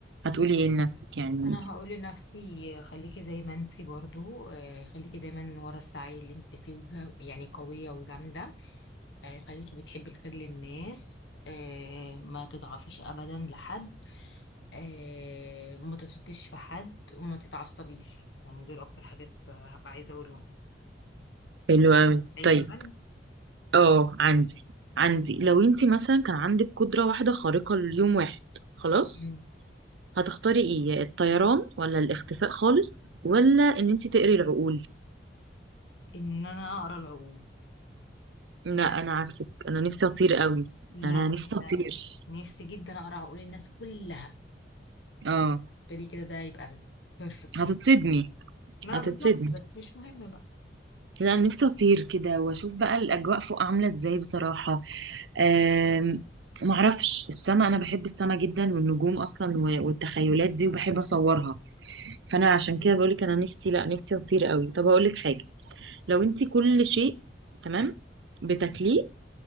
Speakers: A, on the right; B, on the left.
A: هتقولي ايه لنفسك يعني
B: انا هقول لنفسي خليكي زي ما انت برضو آه، خليكي دايما ورا السعي اللي انت فيه وجا- يعني قويه وجامده آه، خليكي بتحبي الخير للناس آه، ما تضعفيش ابدا لحد آه، وما تثقيش في حد وما تتعصبيش يعني دول اكتر حاجات آه، هبقى عايزه اقولهم
A: حلو اوي
B: اي
A: طيب
B: سؤال
A: اه عندي عندي لو انتي مثلا كان عندك قدرة واحدة خارقة ليوم واحد خلاص
B: مم.
A: هتختاري ايه يا الطيران ولا الاختفاء خالص ولا ان انتي تقري العقول
B: ان انا اقرا العقول
A: لا
B: يعني أنا
A: انا
B: شخص-
A: عكسك انا نفسي اطير قوي
B: لا
A: انا
B: انا
A: نفسي اطير
B: لا. نفسي جدا اقرا عقول الناس كلها
A: اه
B: بالي كده ده يبقى بيرفكت
A: هتتصدمي
B: يعني ما
A: هتتصدمي
B: بالظبط بس مش مهم بقى
A: لا أنا نفسي اطير كده واشوف بقى الاجواء فوق عامله ازاي بصراحه أم... معرفش السما انا بحب السما جدا والنجوم اصلا و- والتخيلات دي وبحب اصورها فانا عشان كده بقولك انا نفسي لا نفسي اطير قوي طب اقولك حاجه لو انت كل شيء تمام بتاكليه